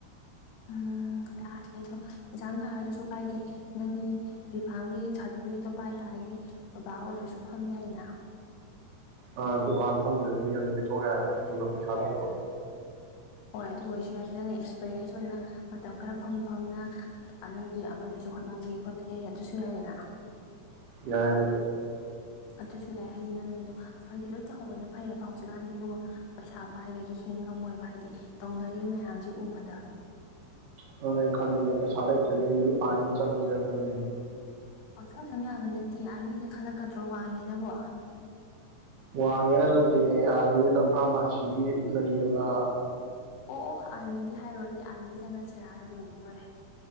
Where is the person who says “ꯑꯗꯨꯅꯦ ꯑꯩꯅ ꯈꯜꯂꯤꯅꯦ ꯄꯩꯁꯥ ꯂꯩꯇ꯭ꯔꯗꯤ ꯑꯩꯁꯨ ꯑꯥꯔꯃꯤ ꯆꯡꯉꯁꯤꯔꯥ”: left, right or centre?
Right